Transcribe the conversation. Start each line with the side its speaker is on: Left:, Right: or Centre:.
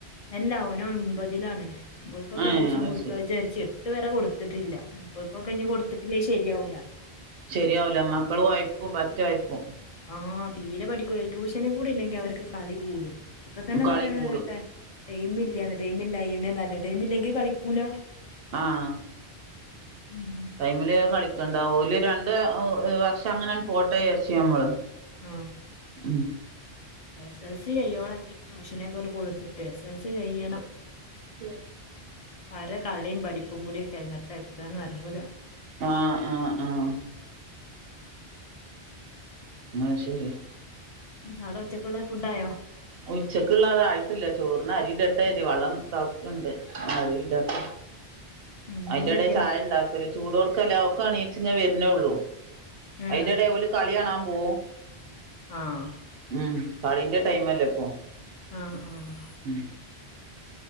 Left: അല്ല ഓന് ഒൻപതിലാണ്. ഇവൾക്കൊക്കെ
Right: ഏ
Left: ട്യൂഷൻ
Right: അത്
Left: കൊടുക്കാചാരിച്ച
Right: ശരി
Left: എട്ട് വരെ കൊടുത്തിട്ടില്ല ഓൽക്കൊക്കെ ഇനി കൊടുത്തിട്ടില്ലേ ശരിയാവൂല്ല.
Right: ശരിയാവുല മക്കളും വായ്പും പറ്റ് വായ്പും.
Left: ആഹ് തീരെ പഠിക്കൂല ട്യൂഷനും കൂടി ഇല്ലെങ്കി അവർക്ക് കളി കൂടും ഇപ്പൊ തന്നെ എന്താ
Right: കളി
Left: പറയുന്നത്
Right: കൂടും
Left: കേട്ടേ ടൈമ ഇല്ല ടൈമിലയെന്നെ നല്ല ടൈം ഇല്ലെങ്കി കളിക്കൂല.
Right: ആഹ്
Left: ഉം
Right: ടൈമില് കളിക്കണ്ട ഓൽ രണ്ട് വർഷം അങ്ങനെ പോട്ട വിചാരിച്ച് നമ്മള്
Left: <unintelligible>
Right: ഉം
Left: എസ് എൽ സി കയ്യോളം എങ്ങനെ ട്യൂഷനൊക്കെ ഒന്ന് കൊടുത്തിട്ട് എസ് എൽ സി കയ്യണം
Right: ഉം <inaudible>
Left: അരെ കളിയും പഠിപ്പും കൂടി ഒക്കെ എങ്ങട്ടാ എത്താന്ന് അറിയൂല
Right: ആഹ് ആഹ് ആഹ് ആഹ് ശരി
Left: അവിടെ ഉച്ചക്കുള്ള ഫുഡ്‌ ആയോ
Right: ഉച്ചക്കുള്ള അതായിട്ടില്ല ചോറിൻ അരി ഇടട്ടെ വെള്ളം തെളക്കണ്ട് അരി ഇടട്ടെ
Left: ഉം
Right: അതിന്റെ
Left: മീൻ കിട്ടിയോ
Right: ഇടയിൽ ചായ ഉണ്ടാക്കലും ചൂടോടക്കല്ലേ ഒക്കെ എണീച്ചി വരുന്നേള്ളൂ
Left: ആഹ്
Right: അയിന്റെ ഇടയിൽ ഓൽ കളി കാണാൻ പോവും
Left: ആഹ്
Right: ഉം കളിന്റെ ടൈം അല്ലേ ഇപ്പൊ
Left: ആ ഹ് ആഹ്
Right: ഉം